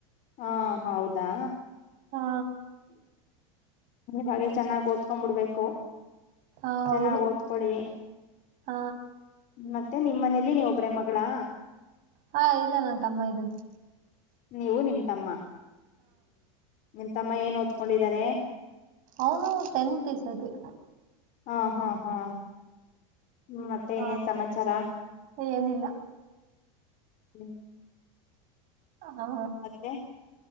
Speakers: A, on the left; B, on the right.
A: ಹಾ ಹೌದಾ
B: ಹಾ
A: ಹಾಗೆ ಚೆನ್ನಾಗಿ ಓದ್ಕೋ ಬಿಡ್ಬೇಕು ಹಲೋ
B: ಹಾ ಹೌದು
A: ಚೆನ್ನಾಗಿ ಓದ್ಕೊಳ್ಳಿ
B: ಹ
A: ಮತ್ತೆ ನಿಮ್ಮ್ ಮನೆಲಿ ನೀವು ಒಬ್ಬರೇ ಮಕ್ಳ ಳಾ
B: ಹಾ ಇಲ್ಲ ನನ್ನ ತಮ್ಮ ಇದನೇ
A: ನೀವು ನಿಮ್ ತಮ್ಮ ಹ್ಮ್ ನಿಮ್ ತಮ್ಮ ಏನ್ ಓದ್ಕೊಂಡಿದ್ದಾರೆ
B: ಅವನು ಟೆಂತ್ ಈ ಸತಿ
A: ಹಾ ಹಾ ಹಾ ಹ್ಮ್ ಮತ್ತೆ
B: ಹಾ
A: ಇನೇನ್ ಸಮಾಚಾರ
B: ಏನಿಲ್ಲ
A: ಹ್ಮ್
B: ಹ
A: ಮತ್ತೆ